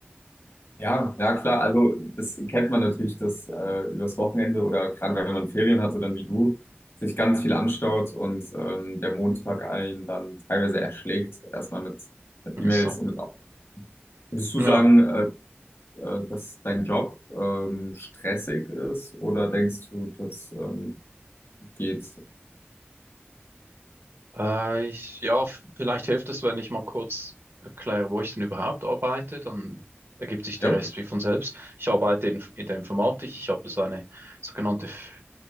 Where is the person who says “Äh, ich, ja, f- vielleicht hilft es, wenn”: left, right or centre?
Right